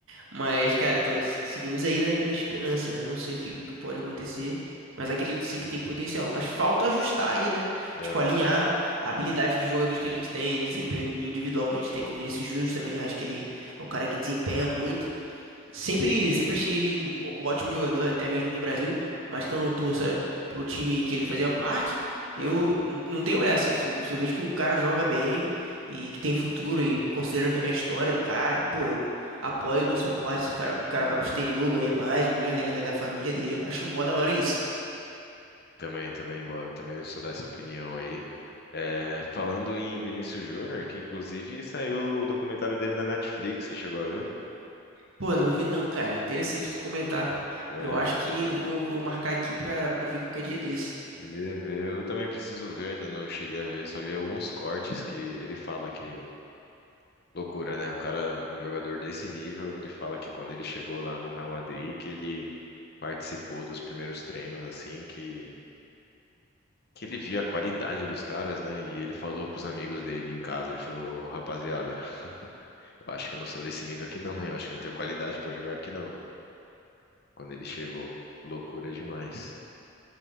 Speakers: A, on the right (about 80°); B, on the left (about 50°).
A: Mas, cara, tô- se- seguimos aí na, na esperança, né? Eu não sei o que, que pode acontecer, mas acredito sim que tem potencial. Mas falta ajustar aí, né?
B: Aham,
A: Tipo, alinhar a habilidade dos jogadores que a gente tem, desempenho individual que a gente tem com o Vinícius Júnior também. Acho que ele é o cara que desempenha muito. Sempre, sempre achei ele um ó- um ótimo jogador, até mesmo no Brasil, mas que eu não torça pro time que ele fazia parte,
B: aham,
A: eu n- não tenho essa. Se eu, se eu vejo que o cara joga bem e que tem futuro, e considerando também a história do cara, pô, eu apoio, dou suporte. Se o cara, o cara
B: aham.
A: vai pro exterior, ganha mais, mude a realidade da família dele, acho mó da hora isso.
B: Também, também, bo- também sou dessa opinião aí. É, falando em Vinícius Júnior, que inclusive saiu o documentário dele na Netflix, você chegou a ver?
A: Pô, não vi não, cara. Interessante tu comentar.
B: É,
A: Eu acho que eu vou, vou marcar aqui pra, pra ver qualquer dia desse.
B: vê, vê. Eu também preciso ver, ainda não cheguei a ver, só vi alguns cortes que ele fala que loucura, né? O cara, um jogador desse nível, ele fala que quando ele chegou lá no Real Madrid, que ele participou dos primeiros treinos, assim, que, que ele via a qualidade dos caras, né? E ele falou pros amigos dele em casa, ele falou, rapaziada. Eu acho que eu não sou desse nível aqui, <laughs> não, hein? Eu acho que eu não tenho qualidade pra jogar aqui, não. Quando ele chegou, loucura demais.